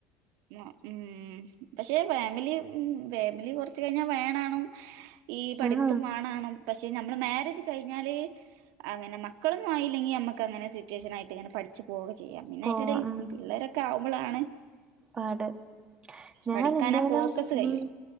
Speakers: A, on the right; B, on the right.
A: മാ ഉം പക്ഷേ ഫാമിലി ഉം ഫാമിലി കൊറച്ച് കഴിഞ്ഞാ വേണാണും ഈ പഠിത്തും
B: ആഹ്
A: വാണാണും പക്ഷേ ഞമ്മള് മാരേജ് കഴിഞ്ഞാല് ആഹ് പിന്നെ മക്കളൊന്നു ആയില്ലെങ്കി ഞമ്മക്കങ്ങനെ സിറ്റുവേഷനായിട്ടിങ്ങനെ പഠിച്ച് പോക ചെയ്യാം പിന്നെ
B: പോ
A: അയിൻ്റെടേല്
B: ഉം
A: പിള്ളേരൊക്കെ ആവുമ്പളാണ്
B: പാട് ഞാനെന്തേലും
A: പഠിക്കാൻ ആ ഫോക്കസ് കഴിയണം
B: ഉം